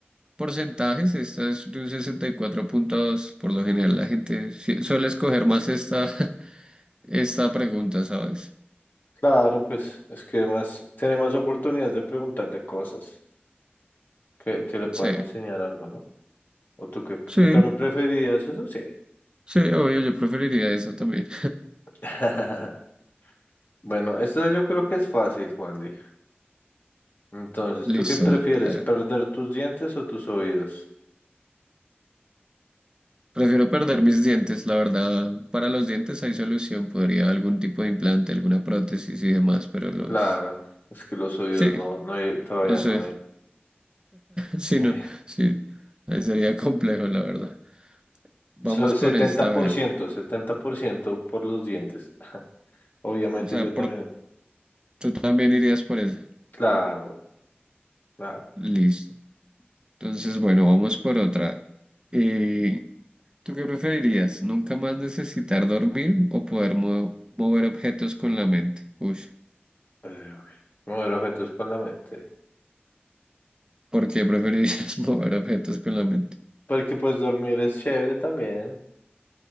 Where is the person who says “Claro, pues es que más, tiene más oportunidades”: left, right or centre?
Left